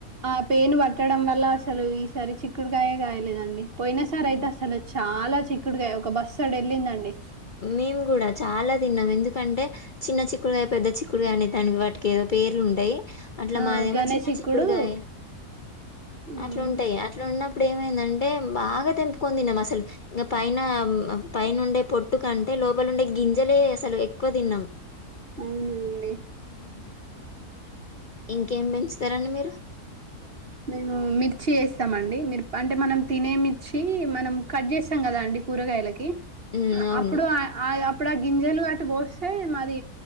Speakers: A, on the right (about 45°); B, on the left (about 45°).
A: ఆ పెను పట్టడం వల్ల అసలు ఈసారి చిక్కుడుకాయే కాయలేదండి పోయినా సారీ
B: ఉమ్.
A: అయితే అసలు వచ్చు చాలా చిక్కుడుకాయ ఒక బస్తాడు వెళ్ళిందండి
B: మేం కూడా చాలా తిన్నాము ఎందుకంటే చిన్న చిక్కుడుగాయి పెద్ద చిక్కుడుగాయి అనే దానికి వాటికి ఏదో పేర్లు ఉంటాయి అట్లా
A: ఆ
B: మాదేమో
A: గనే
B: చిన్న
A: చిక్కుడు
B: చిక్కుడుగాయ
A: మ్
B: అట్లా ఉంటాయి అట్లా ఉన్నప్ ఇప్పుడు ఏమైందంటే బాగా తెంపుకొని తిన్నాం అసలు ఇంకా పైన పైన ఉండే పొట్ ట్టు కంటే లోపలుండే గింజలే అసలు ఎక్కువ తిన్నాం
A: అవునండి
B: మ్మ్ ఇంకేం పెంచుతారండి మీరు
A: మేము మిర్చి వేస్తామండి. మీరు పంట మనం తినే మిర్చి మనం కట్ చేస్తాం కదా అండి కూరగాయలకి
B: ఉమ్ అవును
A: అప్పుడు ఆ ఆయా అక్కడ గింజలు అటు బోస్తే మరి